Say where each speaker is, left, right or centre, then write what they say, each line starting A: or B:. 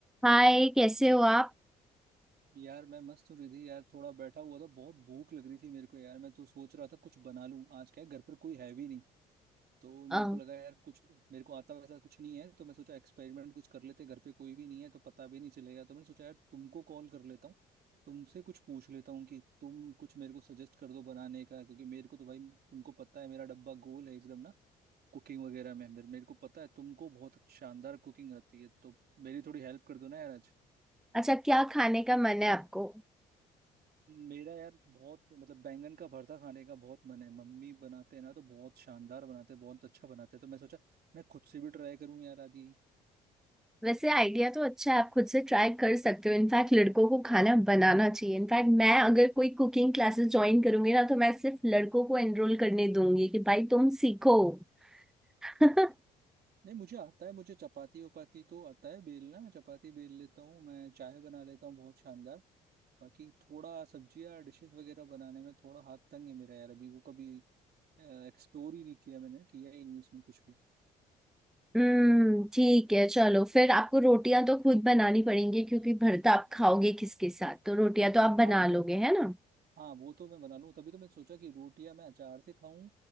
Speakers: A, in the centre; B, on the right (about 55°).
A: हाय कैसे हो आप
B: यार मैं मस्त हूँ रिधि यार थोड़ा बैठा हुआ था बहुत भूख लग रही थी मेरे को यार मैं तो सोच रहा था कुछ बना लूं आज क्या है घर पर कोई है भी नहीं तो
A: अ,
B: मेरे को लगा यार कुछ मेरे को आता वैसा कुछ नहीं है तो मैं सोचा एक्सपेरिमेंट कुछ कर लेते घर पे कोई भी नहीं है तो पता भी नहीं चलेगा तो मैंने सोचा यार तुमको कॉल कर लेता हूँ तुमसे कुछ पूछ लेता हूँ कि तुम कुछ मेरे को सजेस्ट कर दो बनाने का क्योंकि मेरे को तो भाई तुमको पता है मेरा डब्बा गोल है एकदम ना कुकिंग वगैरह में मेरे मेरे को पता है तुमको बहुत शानदार कुकिंग आती है तो मेरी थोड़ी हेल्प कर दो ना यार आज
A: अच्छा क्या खाने का मन है आपको
B: मेरा यार बहुत मतलब बैंगन का भरता खाने का बहुत मन है मम्मी बनाते हैं ना तो बहुत शानदार बनाते हैं बहुत अच्छा बनाते हैं तो मैं सोचा मैं खुद से भी ट्राई करूं यार आज ही
A: वैसे आइडिया तो अच्छा है आप खुद से ट्राई कर सकते हो इनफैक्ट लड़कों को खाना बनाना चाहिए इनफैक्ट मैं अगर कोई कुकिंग क्लासेस ज्वाइन करूंगी ना तो मैं सिर्फ लड़कों को एनरोल करने दूंगी कि भाई तुम सीखो <laughs>
B: नहीं मुझे आता है मुझे चपाती वपाती तो आता है बेलना मैं चपाती बेल लेता हूँ मैं चाय बना लेता हूँ बहुत शानदार बाकी थोड़ा सब्जियाँ डिशेस वगैरह बनाने में थोड़ा हाथ तंग है मेरा यार अभी वो कभी एक्सप्लोर ही नहीं किया मैंने किया ही नहीं उसमें कुछ भी
A: हम्म ठीक है चलो फिर आपको रोटियां तो खुद बनानी पड़ेंगी क्योंकि भरता आप खाओगे किसके साथ तो रोटियां तो आप बना
B: हाँ
A: लोगे
B: वो वो
A: है ना
B: हाँ वो तो मैं बना लूँ तभी तो मैं सोचा कि रोटियां मैं अचार से खाऊं